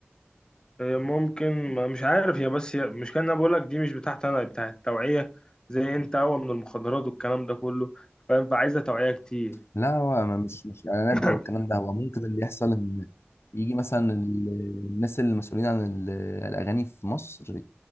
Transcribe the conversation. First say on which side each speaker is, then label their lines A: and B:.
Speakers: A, on the left; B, on the left.
A: آه، ممكن ما- مش عارف هي بس هي مش كان انا بقول لك دي مش بتاعت انا بتاعت التوعيه زي انت هو من المخدرات والكلام ده كله فاهم فعايزه توعيه كتير
B: لا هو ما- مش مش اعلانات
A: <coughs>
B: بقى والكلام ده هو ممكن اللي يحصل ان يجي مثلا ال- الناس المسؤولين عن ال- الاغاني في مصر